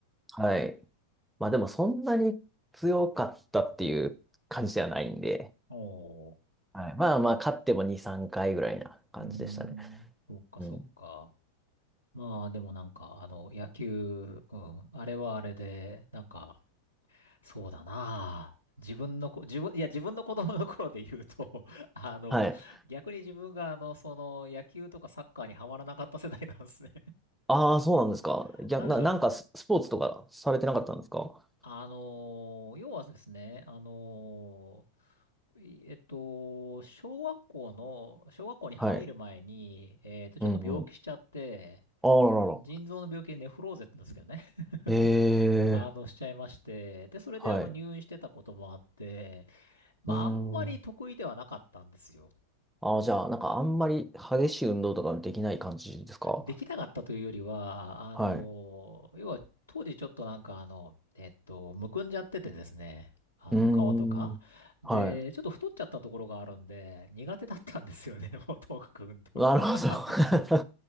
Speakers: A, in the centre; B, on the left.
A: はい。まあでもそんなに強かったっていう感じではないんで、
B: おー。
A: はい。まあまあ、勝っても2、3回ぐらいな感じでしたね。
B: うーん。そっか、
A: うん。
B: そっか。まあ、でもなんか、あの、野球、うん。あれはあれで、なんか、そうだなあ。自分のこ、自分、いや、自分の子供の頃で言うと、<laughs> あの、
A: はい。
B: 逆に自分が、あの、その、野球とかサッカーにはまらなかった世代なんですね。
A: ああ、そうなんですか。
B: <laughs>
A: 逆な、
B: なんでしょう。
A: なんかス、スポーツとかされてなかったんですか
B: あのー要はですね、あのーいえっと、小学校の、小学校に入る前に、
A: はい。
B: えっと、ちょっと病気しちゃって、
A: うんうん。ああららら。
B: 腎臓の病気でネフローゼって言うんですけどね、
A: え
B: <laughs> あの、
A: え、
B: しちゃいまして、で、それであの、
A: はい。
B: 入院してたこともあって、まあ、
A: うーん。
B: あんまり得意ではなかったんですよ。
A: ああ、じゃあ、なんかあんまり激しい運動とかできない感じですか
B: できなかったというよりは、あの、
A: はい。
B: 要は当時ちょっとなんかあの、えっと、むくんじゃっててですね、あの、
A: うーん。
B: 顔とか。で、
A: はい。
B: ちょっと太っちゃったところがあるんで、苦手だったんですよね、<laughs> もうとにかく運動が。
A: なるほど。
B: <laughs>